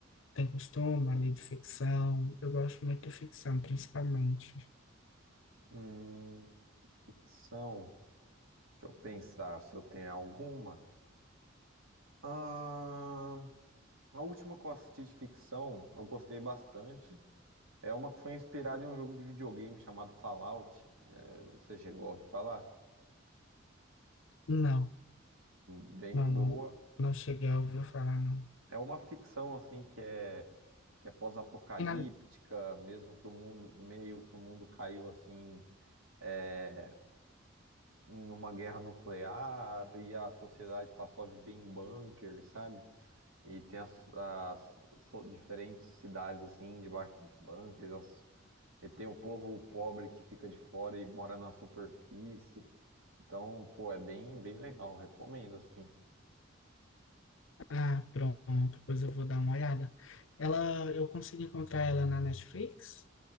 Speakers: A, on the left; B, on the right.
A: Tem costume ali de ficção. Eu gosto muito de ficção, principalmente.
B: Hum, ficção. Deixa eu pensar se eu tenho alguma. Ah, a última que eu assisti de ficção, eu gostei bastante. É uma que foi inspirada em um jogo de videogame chamado Fallout. É, você chegou a ouvir falar?
A: Não,
B: Bem
A: não, não,
B: boa.
A: não cheguei a ouvir falar, não.
B: É uma ficção assim que é que é pós-apocalíptica,
A: Tem nada.
B: mesmo que o mundo meio que o mundo caiu assim é, em uma guerra nuclear e a sociedade passou a viver em bunker, sabe? E tem as, as so- diferentes cidades, assim, debaixo dos bunkers. as- e tem o povo pobre que fica de fora e mora na superfície. Então, pô, é bem, bem legal. Recomendo, assim.
A: Ah, pronto, pois eu vou dar uma olhada. Ela, eu consegui encontrar ela na Netflix,